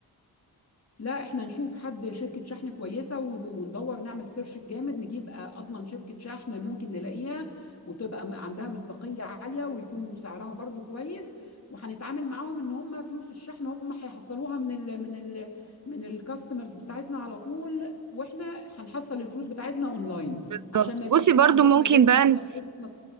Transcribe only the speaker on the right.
بالظبط
بصي
برضو
ممكن
بقى